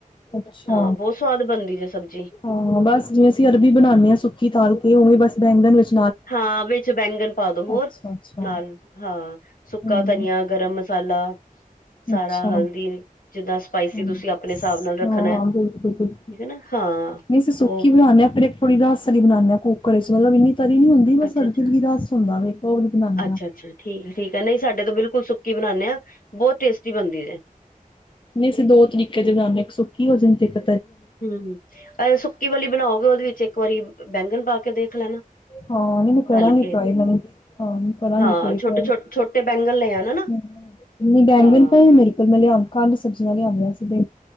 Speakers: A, on the left (about 35°); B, on the left (about 75°).
A: ਅੱਛਾ
B: ਹਾਂ। ਬਹੁਤ ਸਵਾਦ ਬਣਦੀ ਏ ਸਬਜ਼ੀ
A: ਹਾਂ। ਬਸ ਜਿਵੇਂ -ਅਸੀ ਅਰਬੀ ਬਣਾਉਾਨਦੇ ਆ। ਸੁਕੀ ਤਾਲ ਕੇ ਉਵੇ ਬਸ ਬੈਂਗਣ ਵਿਚ
B: ਹਾਂ। ਵਿਚ ਬੈਂਗਣ ਪਾ ਦੋ ਹੋਰ
A: ਅੱਛਾ-ਅੱਛਾ
B: ਨਾਲ ਹਾਂ ਸੁੱਕਾ
A: ਹੂੰ
B: ਧਨੀਆ, ਗਰਮ ਮਸਾਲਾ, ਸਾਰਾ
A: ਅੱਛਾ
B: ਹਲਦੀ ਜਿੱਦਾਂ ਸਪਾਈਸੀ
A: ਹੂੰ,
B: ਤੁਸੀਂ ਆਪਣੇ ਹਿਸਾਬ ਨਾਲ ਰੱਖਣਾ
A: ਹਾਂ-ਹਾਂ
B: ਹੈ,
A: ਬਿਲਕੁਲ- ਬਿਲਕੁਲ
B: ਠੀਕ ਹੈ ਨਾ ਹਾਂ
A: ਨਹੀ। ਅਸੀ ਸੁਕੀ
B: ਉਹ
A: ਬਣਾਉਦੇ ਆ। ਫਿਰ ਇਕੋ ਰਸ ਦੀ ਬਣਾਨਦੇ ਆ ਕੁੱਕਰ ਚ', ਮਤਲਬ ਇੰਨੀ ਤਰੀ ਨੀ ਹੁੰਦੀ, ਬਸ
B: ਅੱਛਾ
A: ਹਲਕੀ
B: ਅੱਛਾ
A: ਜੀ ਰਸ ਹੁੰਦਾ ਵੇ, ਉਹ ਵਾਲੀ ਬਣਾਉਦੇ
B: ਅੱਛਾ
A: ਹਾਂ
B: ਅੱਛਾ ਠੀਕ ਹੈ ਠੀਕ ਹੈ ਨਹੀਂ ਸਾਡੇ ਤਾਂ ਬਿਲਕੁਲ ਸੁੱਕੀ ਬਣਾਉਦੇ ਹਾਂ। ਬਹੁਤ ਟੇਸਟੀ ਬਣਦੀ ਐ।
A: ਨਹੀ। ਅਸੀ ਦੋ ਤਰੀਕੇ ਨਾਲ ਮਿਕਸ ਸੁਕੀ ਹੋ ਜਾਦੀ ਇਕ
B: ਹੂੰ, ਸੁਕੀ ਵਾਲੀ ਬਣਾਓਗੇ ਉਹਦੇ ਵਿਚ ਇਕ ਵਾਰੀ ਬ-ਬੈਂਗਣ ਪਾ ਕੇ ਦੇਖ ਲੈਣਾ
A: ਹਾਂ। ਨਹੀ ਮੈਂ ਕਰਾਂਗੀ
B: ਤਲ ਕੇ
A: ਟਰਾਈ ਹੁਨ। ਹਾਂ ਕਰਾਂਗੀ
B: ਹਾਂ
A: ਇਕ ਵਾਰੀ ਟਰਾਈ
B: ਛੋਟੇ
A: ਹੂੰ,
B: ਛੋਟੇ ਛੋਟੇ ਬੈਂਗਣ ਲੈ ਆਣਾ ਨਾ
A: ਨਹੀ ਬੈਂਗਨ
B: ਹਾਂ
A: ਤਾ ਨੀ ਮੇਰੇ ਕੋਲ‌ ਮੈ ਲਿਆ-ਮੈ ਕੱਲ ਹੀ ਸਬਜ਼ੀਆਂ ਨਾਲ ਲਿਆਉਂ ਦੀਆ ਸੀ। ਬੈ